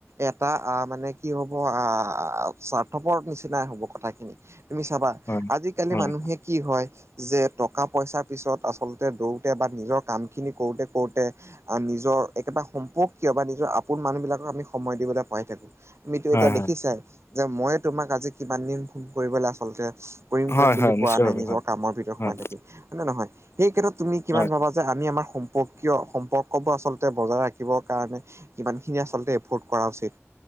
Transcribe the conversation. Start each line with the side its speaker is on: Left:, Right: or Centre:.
Right: এটা আহ মানে কি হ'ব আহ সাৰ্থপৰ নিচিনা হ'ব কথাখিনি। তুমি চাবা
Left: হয়
Right: আজিকালি
Left: হয়
Right: মানুহে কি হয় যে টকা পইচাৰ পিছত আ চলতে দৌৰোঁতে বা নিজৰ কামখিনি কৰোঁতে কৰোঁতে আৰু নিজৰ একেটা সম্পৰ্কীয় বা নিজৰ আপোন মানুহ বিলাকক আমি সময় দিবলৈ পাহৰি থাকো। তুমিতো
Left: হয়
Right: এতিয়া
Left: হয়
Right: দেখিছাই যে মইয়ে তোমাক আজি কিমান দিন ফোন কৰিবলৈ আচলতে কৰিম
Left: হয়
Right: কৰিম বুলি
Left: হয় নিশ্চয়ভাৱে
Right: পোৱা নাই নিজৰ
Left: হয়
Right: কামৰ ভিতৰত
Left: হয়
Right: সোমাই থাকিম, হয় নে নে নহয়। সেই ক্ষেত্ৰত তুমি কিমান
Left: হয়
Right: ভাবা যে আমি আমাৰ সম্পৰ্কীয় সম্পৰ্ক ক'ব আচলতে বজাৰ ৰাঁখিবৰ কাৰণে কিমানখিনি আচলতে এফৰ্ড কৰা উচিত।